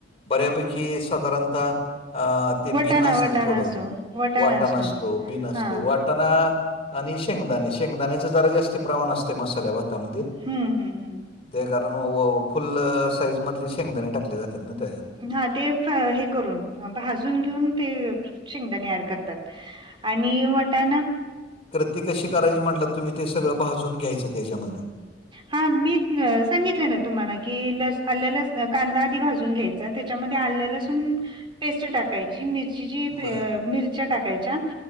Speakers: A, on the left; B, on the right.
A: बऱ्यापैकी साधारणत अ ते
B: वटाणा
A: बिन असतं
B: वटाणा
A: थोडं
B: असतो वटाणा
A: वाटण असतो बिन असतो
B: हा
A: वाटणा आणि शेंगदाणे शेंगदाण्याचं जरा जास्त प्रमाण असते मसाल्या भातामध्ये
B: हम्म हम्म हम्म
A: ते कारण फुल साईज मधले शेंगदाणे टाकले जातात ना त्याच्यात
B: हा ते हे करून भाजून घेऊन ते शेंगदाणे ऍड करतात. आणि वाटाणा?
A: तर कशी करायची म्हणला तुम्ही ते सगळं भाजून घ्यायचं त्याच्यामध्ये
B: हा मी सांगितलं ना तुम्हाला की लस आल्या लसण कांदा आधी भाजून घ्यायचं त्याच्या मधे आल्ल लसून पेस्ट टाकायची मिर्चीच
A: बर
B: मिरच्या टाकायच्या